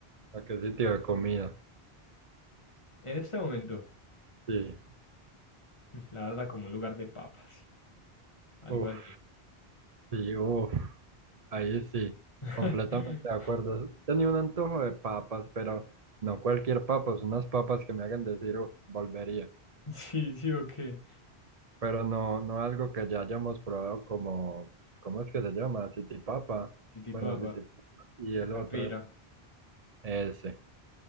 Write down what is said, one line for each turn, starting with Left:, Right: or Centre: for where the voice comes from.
Right: ¿A qué sitio de comida?
Left: En este momento,
Right: Sí.
Left: <laughs> mm, la verdad, como un lugar de papas. Algo
Right: Uf,
Left: así.
Right: sí, uf. Ahí sí.
Left: <laughs>
Right: Completamente de acuerdo. Tenía un antojo de papas, pero no cualquier papas, unas papas que me hagan decir, uf, volvería.
Left: Sí, ok. sí, o qué.
Right: Pero no, no algo que ya hayamos probado como, ¿cómo es que se llama? City Papa.
Left: Chitipapa.
Right: Bueno, City Papa. Y el
Left: O capira.
Right: otro, ese.